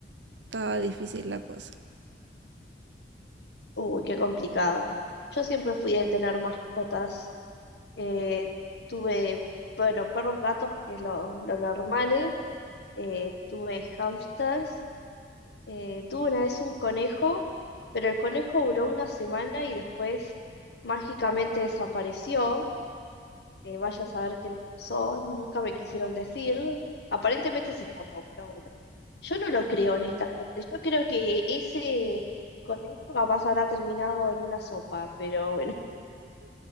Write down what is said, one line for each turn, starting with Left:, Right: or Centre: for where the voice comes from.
Right: estaba difícil la cosa.
Left: uy, qué complicado. Yo siempre fui de tener mascotas. Eh, tuve, bueno, perros, gatos, que es lo, lo normal. Eh, tuve hamsters. Eh, tuve una vez un conejo, pero el conejo duró una semana y después mágicamente desapareció. eh, vaya a saber qué le pasó, nunca me quisieron decir, aparentemente se escapó, pero bueno, yo no lo creo honestamente, yo creo que ese conejo capaz habrá terminado en una sopa, pero bueno,